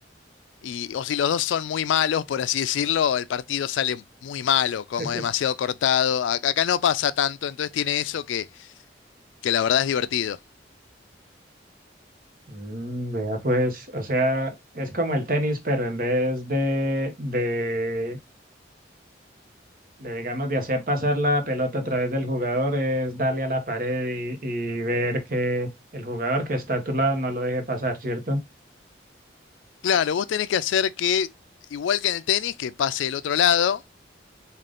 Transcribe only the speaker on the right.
<laughs>
Mm, vea, pues, o sea, es como el tenis, pero en vez de, de, de, digamos, de hacer pasar la pelota a través del jugador, es darle a la pared y, y ver que el jugador que está a tu lado no lo deje pasar, ¿cierto?